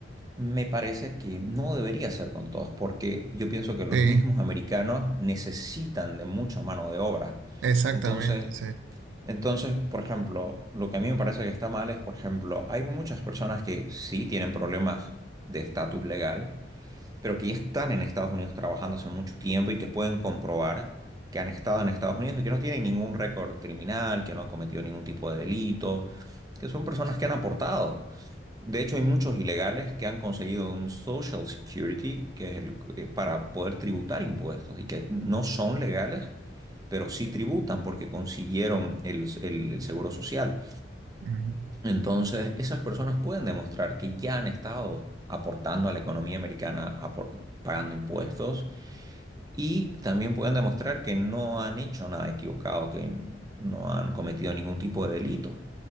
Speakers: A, on the right; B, on the right.
A: me parece que no debería ser con todos, porque yo pienso que los
B: Sí,
A: mismos americanos necesitan de mucha mano de obra.
B: exactamente,
A: Entonces,
B: sí.
A: entonces, por ejemplo, lo que a mí me parece que está mal es, por ejemplo, hay muchas personas que sí tienen problemas de estatus legal, pero que ya están en Estados Unidos trabajando hace mucho tiempo y que pueden comprobar que han estado en Estados Unidos y que no tienen ningún récord criminal, que no han cometido ningún tipo de delito, que son personas que han aportado. De hecho, hay muchos ilegales que han conseguido un Social Security, que es el eh, para poder tributar impuestos y que no son legales, pero sí tributan porque consiguieron el, el- el seguro social.
B: Ujú.
A: Entonces, esas personas pueden demostrar que ya han estado aportando a la economía americana, apor- pagando impuestos, y también pueden demostrar que no han hecho nada equivocado, que no han cometido ningún tipo de delito